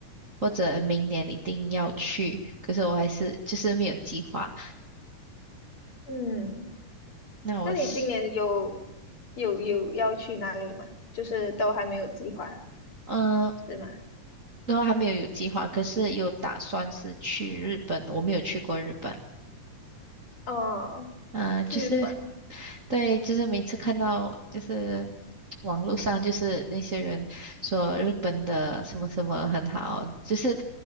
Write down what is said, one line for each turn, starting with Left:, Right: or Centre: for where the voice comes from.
Right: 或者明年一定要去，可是我还是就是没有计划。
Left: 嗯。
Right: 那我是
Left: 那你今年有有有要去哪里吗？就是都还没有计划，
Right: 嗯，
Left: 是吗？
Right: 然后还没有有计划，可是有打算是去日本，我没有去过日本。
Left: 哦，
Right: 嗯，就是
Left: 日本，
Right: 对，就是每次看到就是网络上就是那些人说日本的什么什么很好，就是